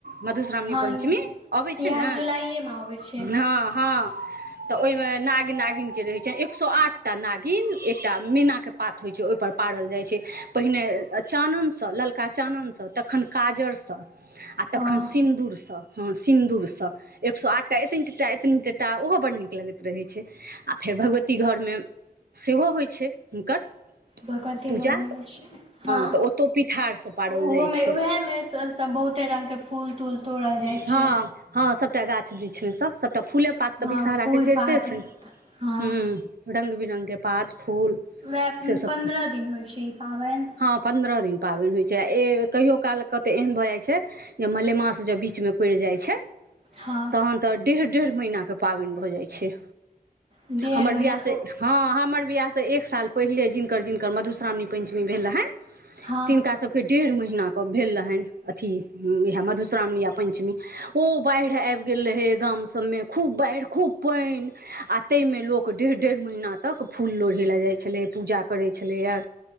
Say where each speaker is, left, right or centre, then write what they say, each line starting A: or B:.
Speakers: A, on the right; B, on the right.
A: मधुश्रावणी
B: हँ
A: पंचमी अबै
B: इएह
A: छै ने ह
B: जुलाइएमे अबै छै
A: हँ तऽ ओहिमे नाग नागिन के जे होइ छै एक सो आठ टा नागिन एकटा मैना के पात होय छै ओय पर पारल जाय छै पहिने चाननसँ ललका चाननसँ तखन काजरसँ आ
B: हँ
A: तखन सिन्दूरसँ हँ सिन्दूरसँ एक सए आठटा एतनी टटा एतनी टटा ओहो बड़ नीक लगैत रहै छै आ फेर भगवती घरमे सेहो होइ छै हुनकर
B: भगवती
A: पूजा
B: गरमे अबै छियै हँ
A: तऽ ओतौ पिठारसँ पारल
B: ओहोमे
A: जाइ छै
B: उएह मे सब बहुते रंग के फूल तूल तोड़ल जाइ
A: हँ
B: छै
A: हँ सभटा गाछ वृक्षमे सँ सभटा फूले पात
B: हँ
A: तऽ विषहरा
B: फूल
A: के चढ़िते
B: पात
A: छैन
B: हँ
A: ह रंग बिरंग के पात फूल
B: उएह
A: से सब
B: पन्द्रह दिन होइ छै ई पाबनि
A: हँ पन्द्रह दिन पाबनि होइ छै आ ए कहियओ काल कतेक एहन भऽ जाइ छै जे मलेमास जे बीचमे पड़ि जाइ छै
B: हँ
A: तखन तऽ डेढ़ डेढ़ महीनाके पाबनि भऽ जाइ छै
B: डेढ़
A: हमर
B: महीना
A: बियाह से हँ हमर बियाह त एक साल पहिले जिनकर जिनकर मधुश्रावणी पंचमी भेल रहन
B: हँ
A: तिनका सब के डेढ़ महीना भेल रहन अथी एहा मधुश्रावणी पंचमी ओ बाढ़ि आबि गेल रहय गाम सभमे खूब बाढ़ि खूब पानि आ ते ताहिमे लोक डेढ़ डेढ़ महिना तक फूल लोढ़ै लए जाइ छलै पूजा करै छलैयै